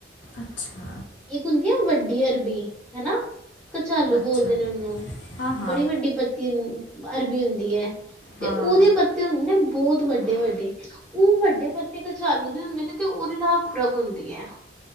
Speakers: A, on the left; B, in the centre.
A: ਅੱਛਾ।
B: ਇੱਕ ਹੁੰਦੀ ਆ ਵੱਡੀ ਅਰਬੀ ਹਨਾ, ਕਚਾਲੂ
A: ਅੱਛਾ
B: ਬੋਲਦੇ ਨੇ ਉਹਨੂੰ।
A: ਹਾਂ ਹਾਂ
B: ਬੜੀ ਵੱਡੀ ਪੱਤੀ ਅਰਬੀ ਹੁੰਦੀ ਹੈ ਤੇ
A: ਹਾਂ
B: ਉਹਦੇ ਪੱਤੇ ਪੱਤੇ ਹੁੰਦੇ ਨਾ ਬਹੁਤ ਵੱਡੇ ਵੱਡੇ ਉਹ ਵੱਡੇ ਪੱਤੇ ਕਚਾਲੂ ਦੇ ਹੁੰਦੇ ਨੇ ਤੇ ਉਹਦੇ ਨਾਲ ਖੁੁਰਕ ਹੁੰਦੀ ਹੈ।